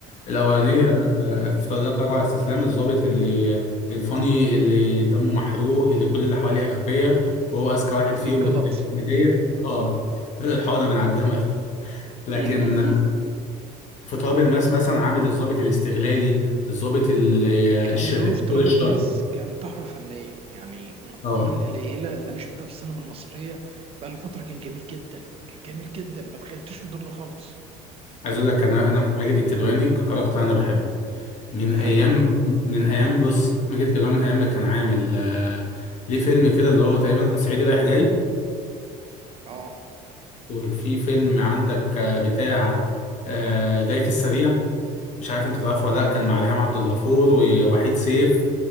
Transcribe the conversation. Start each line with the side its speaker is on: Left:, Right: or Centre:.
Left: الأولانية
Right: ده حقيقي
Left: آه، في لا تراجع على استسلام الضابط اللي الفاني اللي دمه محروق اللي كل اللي حواليه أغبياء وهو أذكى واحد
Right: اللي
Left: فيهم
Right: بيتجلط
Left: بطريقة كوميدية
Right: ايوه ايوه
Left: اه بدأ الحقنة من على الجمل لكن
Right: <laughs>
Left: في تراب الماس مثلا عامل الضابط الاستغلالي الضابط ال-
Right: كان
Left: الشر
Right: دوره في تراب
Left: دور الشر
Right: الماس كان تحفة فنية يعني من الأدوار
Left: اه
Right: القليلة اللي أنا شفتها في السينما المصرية بقالي فترة كان جميل جدا كان جميل جدا ما تخيلتش في الدور ده خالص
Left: عايز اقول لك انا انا ماجد الكدواني ككاركتر انا بحبه من
Right: ده
Left: ايام
Right: حقيقي
Left: من ايام بص ماجد الكدواني من ايام ما كان عامل آه، ليه فيلم كده اللي هو تقريبا صعيدي رايح جاي
Right: اه
Left: وفي فيلم عندك آه، بتاع آه، جاي في السريع مش عارف انت تعرفه ولا لا كان مع ريهام عبد الغفور ووحيد سيف